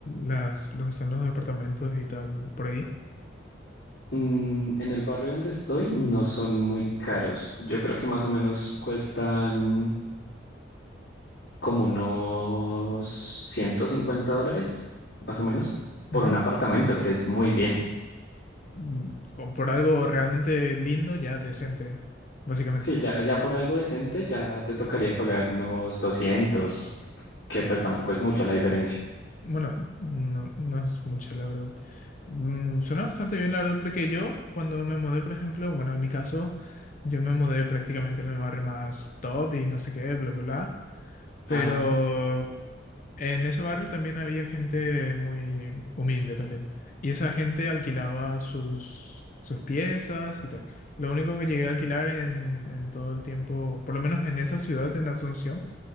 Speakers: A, on the left; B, on the left.
A: las, lo que son los departamentos y tal por ahí.
B: Mm, en el barrio donde estoy no son muy caros. Yo creo que más o menos cuestan como unos 150 dólares, más o menos,
A: Ujú.
B: por un apartamento, que es muy bien.
A: Mm, o Por algo realmente lindo, ya decente, básicamente.
B: Sí, ya, ya por algo decente ya te tocaría pagar unos 200, que pues tampoco es mucho la diferencia.
A: Bueno, no, no es mucho, la verdad. Mm, Suena bastante bien, la verdad, porque yo cuando me mudé, por ejemplo, bueno, en mi caso, yo me mudé prácticamente en el barrio más top y no sé qué, bla, bla, bla. Pero
B: Ajá,
A: En ese barrio también había gente muy humilde también. Y esa gente alquilaba sus, sus piezas y tal. Lo único que llegué a alquilar en, en todo el tiempo, por lo menos en esa ciudad, en Asunción,